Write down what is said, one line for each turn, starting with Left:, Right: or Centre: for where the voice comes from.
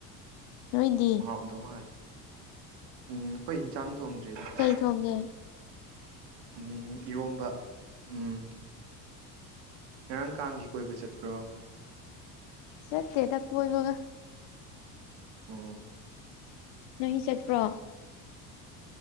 Left: ꯅꯣꯏꯗꯤ
Right: ꯎꯝꯗꯧ ꯃꯥꯜꯂꯦ ꯎꯝ ꯑꯩꯈꯣꯏ ꯍꯤꯟꯁꯥꯡ ꯊꯣꯡꯗ꯭ꯔꯤꯗ
Left: ꯊꯣꯡꯉꯦ
Right: ꯎꯝ ꯏꯔꯣꯝꯕ ꯎꯝ ꯉꯔꯥꯡ ꯀꯥꯡꯒꯤ ꯀꯣꯏꯕ ꯆꯠꯄ꯭ꯔꯣ
Left: ꯆꯠꯇꯦꯗ ꯀꯣꯏꯕꯒ
Right: ꯎꯝ
Left: ꯅꯣꯏꯒꯤ ꯆꯠꯄ꯭ꯔꯣ